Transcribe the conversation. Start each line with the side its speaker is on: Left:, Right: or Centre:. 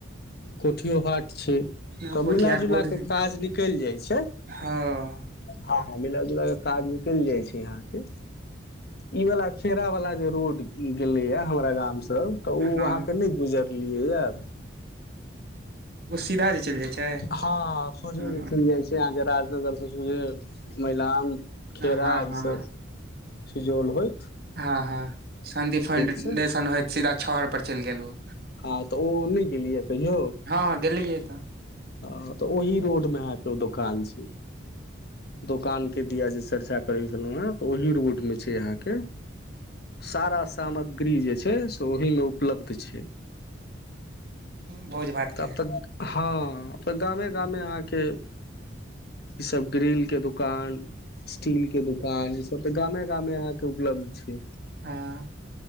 Left: कोठियो हाट छै
Right: हँ
Left: तऽ
Right: कोठियाहाट
Left: मिलाजुला
Right: बुध
Left: के
Right: दिन
Left: काज निकलि जाइ छै
Right: हँ
Left: हँ मिला जुला काज निकलि जाइ छै यहाँ प ई वाला खेरा वाला जे रोड गेले य हमरा गाम से सब तऽ ओ
Right: हँ
Left: अहाँके नहि गुजरलियै या
Right: ओ सीधा जे चलि जाइ छै
Left: हँ सोझे
Right: हँ
Left: जे चल जाय छै यहाँ के राजनगर से सोझे मैलान खेरा
Right: हँ
Left: त सुजौल होयत
Right: हँ हँ शानदि फाइंटेशन
Left: छै
Right: होयत सीधा छहर पर चलि गेलहुँ
Left: हँ तऽ ओ नहि गेलियै कहियौ
Right: हँ गेलैयै तऽ
Left: आ तऽ ओहि रोड मे दोकान छी दोकान के दिया जे चर्चा करय छलहु हे ओहि रोड में छै यहाँ के सारा सामग्री जे छै से ओहि मे उपलब्ध छै
Right: भोज भात
Left: तब
Right: के
Left: तऽ हँ गामे गामे
Right: हूँ
Left: अहाँ के ई सब ग्रील के दुकान स्टील के दुकान ई सब तऽ गामे गामे आहा के उपलब्ध छै
Right: हँ